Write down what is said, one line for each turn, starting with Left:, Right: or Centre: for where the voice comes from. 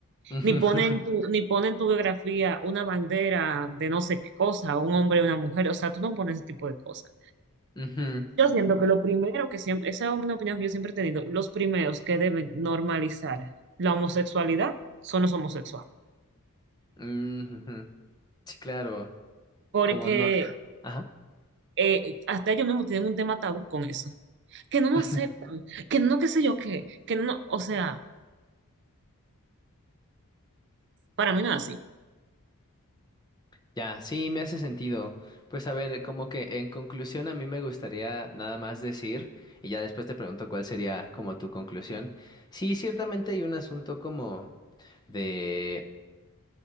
Left: ujú,
Right: Ni ponen tu, ni ponen tu biografía una bandera de no sé qué cosa, un hombre o una mujer. O sea, tú no pones ese tipo de cosas.
Left: <laughs> ujú,
Right: Yo siento que lo primero que siempre, esa es una opinión que yo siempre he tenido, los primeros que deben normalizar la homosexualidad son los homosexuales.
Left: ujú. Sí, claro,
Right: Porque
Left: como no. Ajá.
Right: eh, hasta ellos mismos tienen un tema tabú con eso. que no lo
Left: <laughs>
Right: aceptan, que no qué sé yo qué, que no, o sea, para mí no es así.
Left: Ya, sí, me hace sentido. Pues a ver, como que en conclusión a mí me gustaría nada más decir, y ya después te pregunto cuál sería como tu conclusión. Sí, ciertamente hay un asunto como de